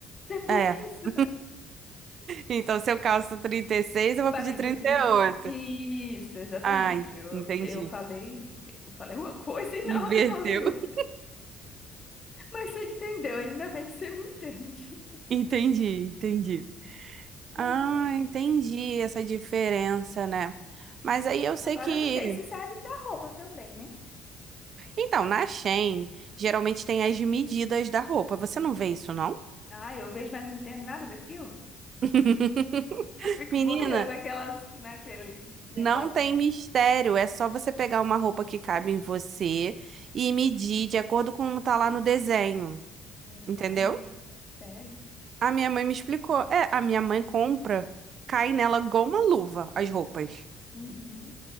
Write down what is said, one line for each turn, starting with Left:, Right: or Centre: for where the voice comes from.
Left: É bem
Right: É. <laughs>
Left: isso.
Right: Então, se eu calço 36, eu vou
Left: Vai
Right: pedir
Left: pedir
Right: trinta
Left: o 30.
Right: e oito.
Left: Isso, exatamente.
Right: Ah,
Left: Eu,
Right: entendi.
Left: eu falei, eu falei uma coisa <laughs> e na
Right: Inverteu.
Left: hora eu falei outra.
Right: <laughs>
Left: Mas você entendeu, ainda bem que você me entende.
Right: Entendi, entendi.
Left: Pois
Right: Ah,
Left: é.
Right: entendi essa diferença, né? Mas aí eu sei
Left: Agora
Right: que.
Left: eu não sei se serve para roupa também, né?
Right: Então, na Shein, geralmente tem as medidas da roupa. Você não vê isso, não?
Left: Ah, eu vejo, mas não entendo nada daquilo.
Right: <laughs>
Left: Eu fico
Right: Menina,
Left: boiando naquelas, naqueles negócios.
Right: não tem
Left: né?
Right: mistério. É só você pegar uma roupa que cabe em você e medir de acordo com como tá lá no desenho.
Left: Meu
Right: Entendeu?
Left: pai, é sério?
Right: A minha mãe me explicou. É, a minha mãe compra, cai nela igual uma luva as roupas.
Left: Uhum.